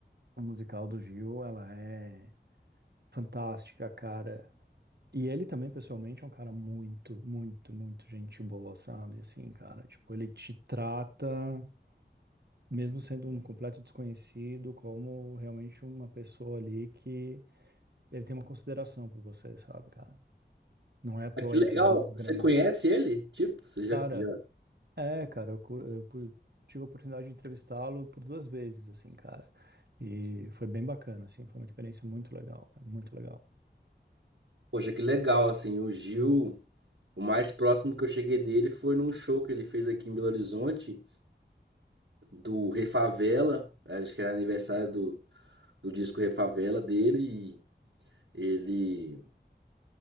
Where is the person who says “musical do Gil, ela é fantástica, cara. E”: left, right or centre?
Right